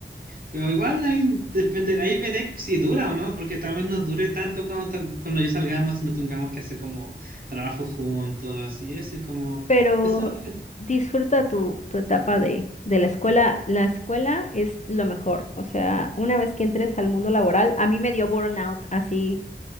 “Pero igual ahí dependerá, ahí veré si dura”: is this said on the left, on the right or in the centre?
Right